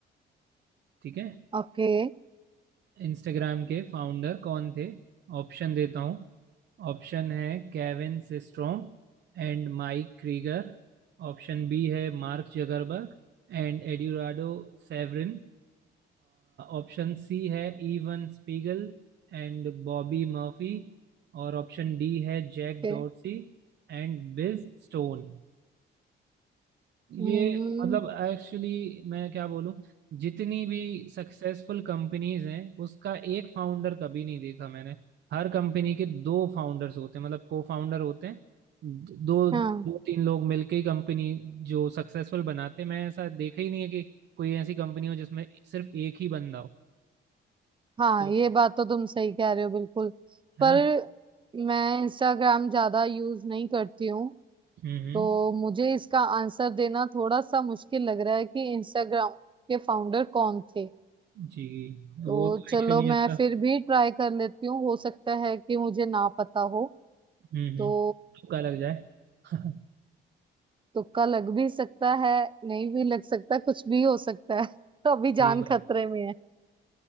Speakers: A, on the right; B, on the right.
A: ठीक है
B: ओके
A: इंस्टाग्राम के फाउंडर कौन थे ऑप्शन देता हूँ ऑप्शन है Kevin Systrom and Mike Krieger Option B है Mark Zuckerberg and Eduardo Saverin Option C है Evan Spiegel and Bobby Murphy और ऑप्शन डी है Jack
B: ओके
A: Dorsey and Bill Stone ये
B: हम्म
A: मतलब एक्चुअली मैं क्या बोलूं जितनी भी सक्सेसफुल कंपनीज हैं उसका एक फाउंडर कभी नहीं देखा मैंने हर कंपनी के दो फाउंडर्स होते हैं मतलब को फाउंडर होते हैं दो दो
B: हाँ
A: तीन लोग मिलके ही कंपनी जो सक्सेसफुल बनाते हैं मैं ऐसा देखा ही नहीं है कि कोई ऐसी कंपनी हो जिसमें सिर्फ एक ही बंदा हो
B: हाँ
A: तो
B: ये बात तो तुम सही कह रहे हो बिल्कुल
A: है
B: पर
A: ना
B: मैं इंस्टाग्राम ज्यादा यूज नहीं करती हूँ
A: हम्म हम्म
B: तो मुझे इसका आंसर देना थोड़ा सा मुश्किल लग रहा है कि इंस्टाग्राम के फाउंडर कौन थे
A: जी वो
B: तो
A: तो
B: चलो
A: एक्चुअली
B: मैं
A: ऐसा
B: फिर भी ट्राई कर लेती हूँ हो सकता है कि मुझे ना पता हो
A: हम्म हम्म
B: तो
A: तुक्का लग जाए <laughs>
B: तुक्का लग भी सकता है नहीं भी लग सकता कुछ भी हो सकता है <laughs> तो अभी
A: सही
B: जान
A: बात
B: खतरे में